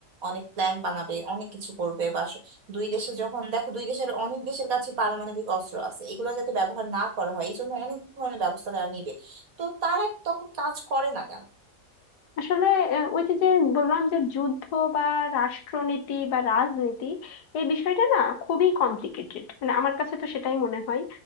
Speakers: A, on the right (about 60°); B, on the left (about 75°).
A: অনেক প্ল্যান বানাবে অনেক কিছু করবে বা স- দুই দেশে যখন দেখো দুই দেশের অনেক দেশের কাছে পারমাণবিক অস্ত্র আছে এগুলো যাতে ব্যবহার না করা হয় এই জন্য অনেক ধরনের ব্যবস্থা তারা নিবে তো তারা তখন কাজ করে না কেন
B: আসলে আহ, ওই যে যে বললাম যে যুদ্ধ বা রাষ্ট্রনীতি বা রাজনীতি এই বিষয়টা না খুবই কমপ্লিকেটেড মানে আমার কাছে তো সেটাই মনে হয়